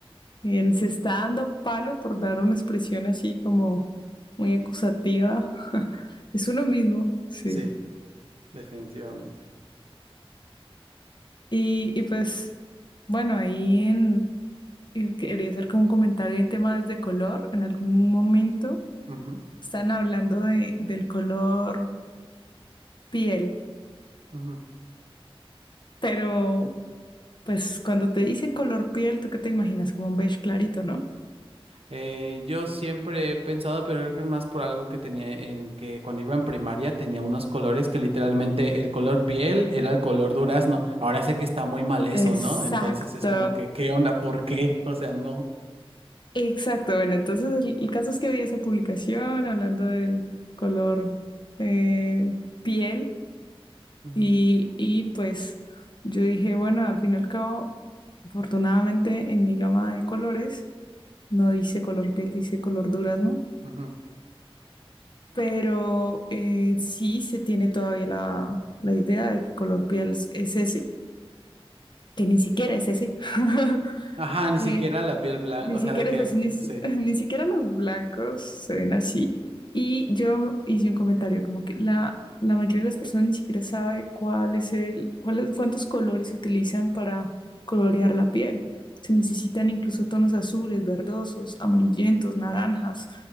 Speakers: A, on the left (about 50°); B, on the right (about 75°).
A: Bien, se está dando palo por dar una expresión así como muy acusativa. <laughs> Es uno mismo, sí.
B: Sí, definitivamente.
A: Y, y pues, bueno, ahí en... y Quería hacer como un comentario en temas de color. En algún momento
B: Ujú,
A: están hablando de, del color piel,
B: ujú.
A: pero pues cuando te dicen color piel, ¿tú qué te imaginas? Como un beige clarito, ¿no?
B: Eh, yo siempre he pensado, pero creo que es más por algo que tenía en que cuando iba en primaria tenía unos colores que literalmente el color piel era el color durazno. Ahora sé que está muy mal eso,
A: Exacto.
B: ¿no? Entonces es como que, ¿qué onda? ¿Por qué? O sea, no.
A: Exacto, bueno, entonces el, el caso es que vi esa publicación hablando del color eh, piel
B: Ujú,
A: y, y pues yo dije, bueno, al fin y al cabo, afortunadamente en mi gama de colores no dice color piel, dice color durazno,
B: ujú.
A: pero eh, sí se tiene todavía la, la idea de que color piel es es ese, que ni siquiera es ese. <laughs>
B: Ajá, ni
A: Eh,
B: siquiera la piel blanca,
A: Ni
B: o
A: siquiera
B: sea, de que,
A: es así, ni, si-
B: sí.
A: <laughs> ni siquiera los blancos se ven así. Y yo hice un comentario como que la, la mayoría de las personas ni siquiera sabe cuál es el, cuál es- cuántos colores se utilizan para colorear la piel. Se necesitan incluso tonos azules, verdosos, amarillentos, naranjas,